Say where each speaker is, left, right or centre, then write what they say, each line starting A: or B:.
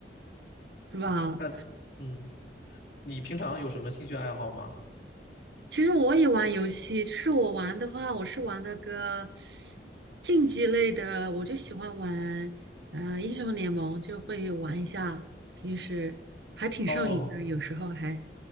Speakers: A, on the right; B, on the left.
A: 是吧？
B: 那嗯，你平常有什么兴趣爱好吗？
A: 其实我也玩游戏，就是我玩的话，我是玩那个竞技类的，我就喜欢玩，嗯，英雄联盟就会玩一下，平时还挺上瘾的，
B: 哦。
A: 有时候还